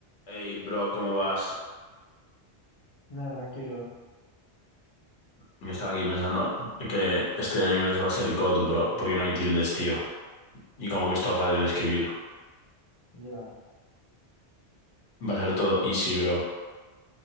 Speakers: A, on the left; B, on the left.
A: Hey, bro, ¿cómo vas?
B: No, tranquilo.
A: Yo estaba aquí pensando que estudiar inglés va a ser God, bro, porque no hay tildes, tío. Y como que es todo fácil de escribir.
B: Ya.
A: Va a ser todo easy, bro.